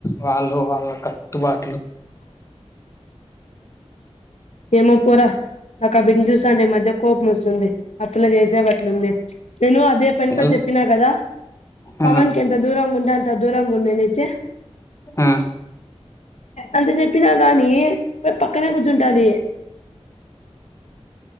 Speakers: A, on the left (about 25°); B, on the left (about 80°).
A: వాళ్ళు వాళ్ళ కట్టుబాట్లు
B: ఏమో పోరా నాక ఆ బింన్ని చూస్తడే ఈ మధ్య కోపం వస్తుంది ఇలా చేసే పట్లు ఉంది నేను అదే పనికి
A: ఎలా
B: చెప్పినా కదా
A: ఆ
B: పవన్ కి ఎంత దూరం ఉంటే అంత దూరంగ గుండనేసి
A: ఆ
B: అంత చెప్పినా గాని పక్కనే కూర్చుంటాది